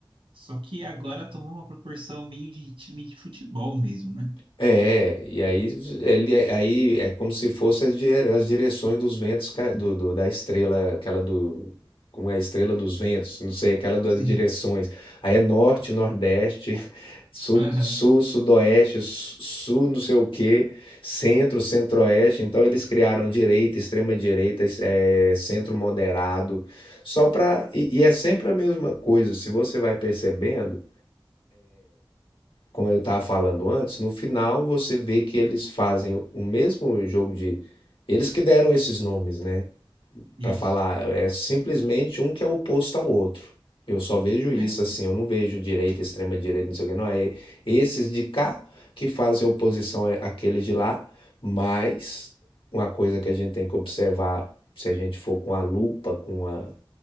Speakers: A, on the right; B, on the left.
A: só que agora tomou uma proporção meio de time de futebol mesmo, né?
B: É, e aí ele aí é como se fosse as dire- as direções dos ventos ca- do, do- da estrela, aquela do como é a estrela dos ventos, não sei, aquela das
A: Sim.
B: direções. Aí é norte, nordeste, <laughs> sul,
A: Aham.
B: sul, sudoeste, su- sul, não sei o quê, centro, centro-oeste. Então eles criaram direita, extrema direita, es- é, centro moderado, só para e, e é sempre a mesma coisa. Se você vai percebendo como eu estava falando antes, no final você vê que eles fazem o mesmo jogo de. Eles que deram esses nomes, né?
A: Isso.
B: Para falar, é simplesmente um que é oposto ao outro. Eu só vejo isso
A: É,
B: assim, eu não vejo direita, extrema direita, não sei o que, não. É esses de cá que fazem oposição à- àqueles de lá, mas uma coisa que a gente tem que observar, se a gente for com a lupa, com a